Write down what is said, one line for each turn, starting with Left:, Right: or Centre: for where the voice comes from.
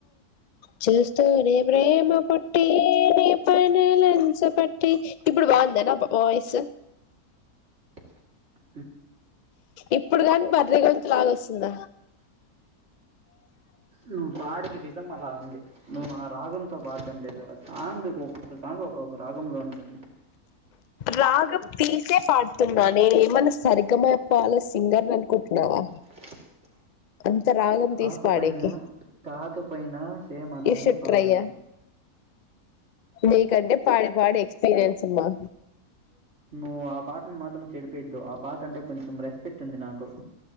Left: చూస్తూ ప్రేమ పుట్టి ని పైనే లెన్స్ పట్టి ఇప్పుడు బందనా నా పేస్
Right: <inaudible>
Left: ఇప్పుడు కాని భద్రాచలం ప్లాన్ ఎస్తుంద
Right: నువ్వు పాడే విధం అలా ఉంది నువ్వు ఆ రాగంతో పాటు లేదు ఆ సాంగ్ ఒక్కొక్క సాంగ్ ఒక్కొక్క రాగంలో ఉంటుంది
Left: రాగం తీసే పాడుతున్నా నే ఏమన్నా సరిగమయప్పాల సింగర్ని అనుకుంటున్నావా
Right: <inaudible>
Left: అ రాగం
Right: కాకపోయినా
Left: తీసి పాడేకి
Right: కాకపోయినా సేమ్ అలానే
Left: యు షౌల్ద్
Right: పాడాల
Left: ట్రయ్యా నీకంటే పాడి పాడి ఎక్స్పీరియన్స్ అమ్మా
Right: నువ్వు ఆ పాటను మాత్రం చెడిపెద్దు ఆ పాట అంటే కొంచెం రెస్పెక్ట్ ఉంది నాకు